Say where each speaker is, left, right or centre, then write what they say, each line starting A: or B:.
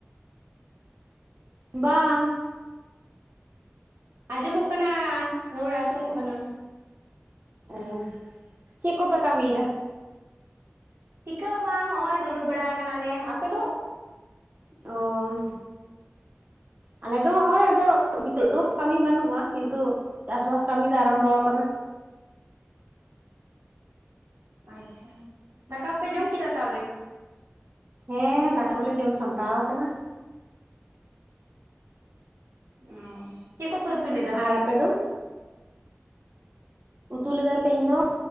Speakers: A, on the right; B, on the right.
A: ᱵᱟᱝ᱾
B: ᱟᱸᱡᱚᱢᱚᱜ ᱠᱟᱱᱟ, ᱨᱚᱲ ᱟᱸᱡᱚᱢᱚᱜ ᱠᱟᱱᱟ᱾
A: ᱦᱮᱸ ᱪᱮᱫᱽ ᱠᱚᱯᱮ ᱠᱟᱹᱢᱤᱭᱮᱫᱟ᱾
B: ᱪᱤᱠᱟᱹ ᱦᱚᱸ ᱵᱟᱝ ᱦᱚᱸᱜᱼᱚᱭ ᱫᱩᱲᱩᱵ ᱵᱟᱲᱟ ᱟᱠᱟᱱᱟᱞᱮ ᱟᱯᱮ ᱫᱚ᱾
A: ᱚᱸᱻ ᱟᱞᱮᱫᱚ ᱦᱚᱸ-ᱚᱭ ᱟᱫᱚ ᱦᱤᱛᱚᱜ ᱫᱚ ᱠᱟᱹᱢᱤ ᱵᱟᱹᱱᱩᱜᱼᱟ ᱠᱤᱱᱛᱩ ᱪᱟᱥ ᱵᱟᱥ ᱠᱟᱹᱢᱤ ᱫᱚ ᱟᱨᱟᱢᱵᱚ ᱠᱟᱱᱟ ᱾
B: ᱟᱪᱪᱷᱟ ᱫᱟᱠᱟ ᱠᱚᱯᱮ ᱡᱚᱢ ᱠᱮᱫᱟ ᱥᱮ ᱥᱟᱣᱨᱤ᱾
A: ᱦᱮᱸ ᱫᱟᱠᱟ ᱠᱚᱞᱮ ᱡᱚᱢ ᱥᱟᱢᱴᱟᱣ ᱟᱠᱟᱱᱟ᱾
B: ᱚ ᱪᱮᱜ ᱠᱚᱯᱮ ᱩᱛᱩᱭ ᱞᱮᱫᱟ᱾
A: ᱟᱨ ᱟᱯᱮ ᱫᱚ᱾ ᱩᱛᱩ ᱞᱮᱫᱟᱞᱮ ᱛᱮᱦᱮᱧ ᱫᱚ